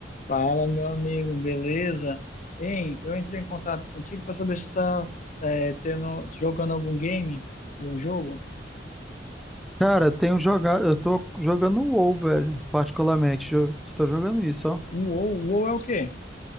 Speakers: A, on the left; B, in the centre.
A: Fala, meu amigo, beleza? Hein, eu entrei em contato contigo para saber se está tendo, jogando algum game, algum jogo.
B: Cara, tenho jogado, eu tô jogando o WoW, velho, particularmente. Eu tô jogando isso, ó.
A: O WoW, o WoW é o quê?